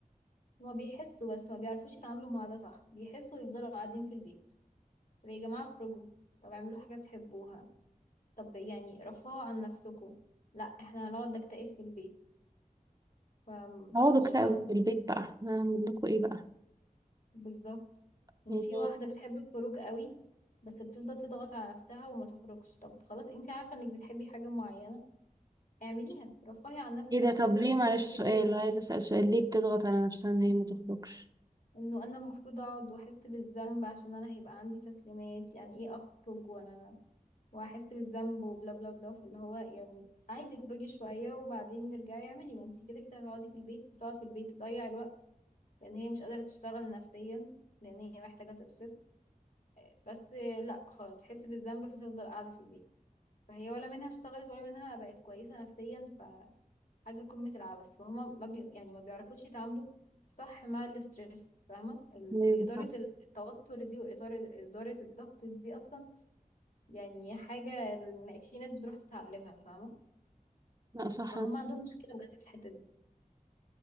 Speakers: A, on the left; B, on the right.
A: هما بيحسوا بس ما بيعرفوش يتعاملوا مع ده صح بيحسوا ويفضلوا قاعدين في البيت طب يا جماعة اخرجوا طب اعملوا حاجة بتحبوها طب يعني رفهوا عن نفسكم لا احنا هنقعد نكتئب في البيت فمش
B: اقعدوا اكتئبوا
A: فاهمة
B: في البيت بقى هعمل لكم ايه بقى
A: بالظبط يعني
B: يعني
A: في واحدة بتحب الخروج قوي بس بتفضل تضغط على نفسها وما تخرجش طب خلاص انت عارفة انك بتحبي حاجة معينة اعمليها رفهي عن نفسك
B: ايه ده
A: عشان
B: طب
A: تقدري
B: ليه
A: تكملي
B: معلش
A: الترم
B: سؤال عايزة اسأل سؤال ليه بتضغط على نفسها ان هي ما تخرجش
A: انه انا المفروض اقعد واحس بالذنب عشان انا هيبقى عندي تسليمات يعني ايه اخرج وانا واحس بالذنب وبلا بلا بلا فاللي هو يعني عادي اخرجي شوية وبعدين نرجعي اعملي ما انت كده كده هتقعدي في البيت بتقعد في البيت تضيع الوقت لان هي مش قادرة تشتغل نفسيا لان هي محتاجة تفصل بس لا خلاص تحس بالذنب فتفضل قاعدة في البيت فهي ولا منها اشتغلت ولا منها بقت كويسة نفسيا فحاجة قمة العبث فهما ما بي... يعني ما بيعرفوش يتعاملوا صح مع الاسترس فاهمة ال-
B: ليه
A: إدارة
B: بقى؟
A: التوتر دي وإدارة إدارة الضغط دي أصلا يعني حاجة ال- في ناس بتروح تتعلمها فاهمة
B: لا صح
A: فهم عندهم مشكلة بجد في الحتة دي